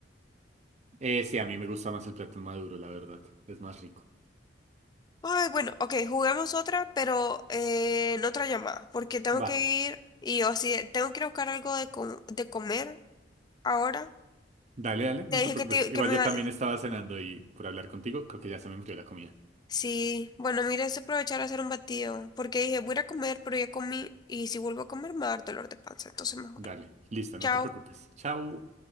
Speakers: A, on the right; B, on the left.
A: Eh, sí, a mí me gusta más el plátano maduro, la verdad. Es más rico.
B: Ay, bueno, ok, juguemos otra, pero eh, en otra llamada, porque tengo
A: Va.
B: que ir y yo así, de, tengo que ir a buscar algo de, co- de comer ahora.
A: Dale, dale,
B: Te
A: no
B: dije
A: te preocupes.
B: que, te-
A: Igual
B: que me
A: yo
B: iba...
A: también estaba cenando y por hablar contigo, creo que ya se me enfrió la comida.
B: Sí, bueno, mira, es aprovechar a hacer un batido, porque dije, voy a ir a comer, pero ya comí y si vuelvo a comer me va a dar dolor de panza, entonces mejor.
A: Dale, listo, no
B: Chao.
A: te preocupes. Chao.